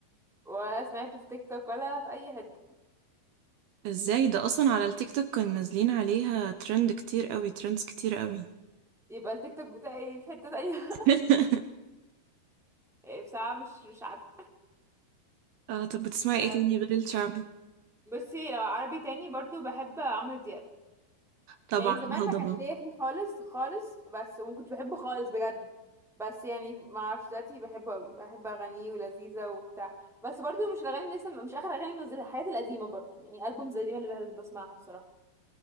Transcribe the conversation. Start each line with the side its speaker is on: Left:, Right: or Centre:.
Centre: ولا سمعت في تيك توك ولا في اي حته
Right: ازاي ده أصلا على التيك توك كانوا نازلين عليها ترند كتير قوي ترندز كتير قوي
Centre: يبقى التيك توك بتاعي في حته تانية
Right: <laughs>
Centre: <laughs> يعني بصراحه مش مش عارفه
Right: اه طب بتسمعي
Centre: أم،
Right: ايه تاني غير الشعبي
Centre: بصي لو عربي تاني برضو بحب عمرو دياب
Right: طبعا
Centre: يعني زمان
Right: الهضبة
Centre: ما كانش ليا فيه خالص خالص بس وكنت بحبه خالص بجد بس يعني ما اعرفش دلوقتي بحبه قوي بحب اغانيه ولذيذه وبتاع بس برضو مش الاغاني اللي لسه مش اخر اغاني منزلها الحاجات القديمه برضو يعني البومز القديمه اللي بسمعها بصراحه